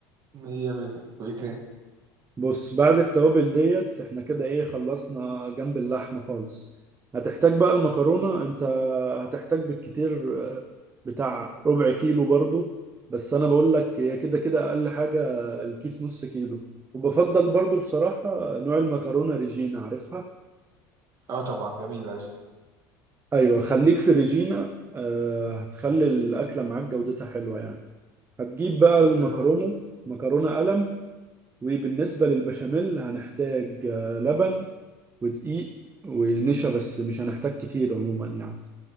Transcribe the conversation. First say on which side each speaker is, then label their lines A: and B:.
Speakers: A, on the right; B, on the right.
A: مية مية وإيه تاني؟
B: بص بعد التوابل ديت احنا كده ايه خلصنا جنب اللحمة خالص هتحتاج بقى المكرونة انت هتحتاج بالكتير آه، بتاع ربع كيلو برضو بس انا بقول لك هي كده كده اقل حاجة الكيس نص كيلو وبفضل برضو بصراحة نوع المكرونة ريجينا عارفها
A: أه طبعا جميل العجين
B: ايوه خليك في ريجينا آه، هتخلي الاكلة معاك جودتها حلوة يعني هتجيب بقى
A: طب
B: المكرونة
A: حلو أوي
B: مكرونة قلم وبالنسبة للبشاميل هنحتاج آه، لبن ودقيق ونشا بس مش هنحتاج كتير عموما يعني